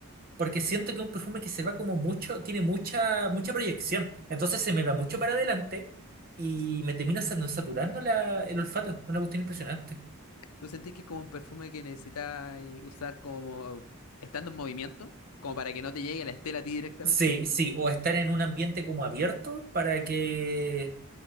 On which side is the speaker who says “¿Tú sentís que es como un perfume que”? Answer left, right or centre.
Left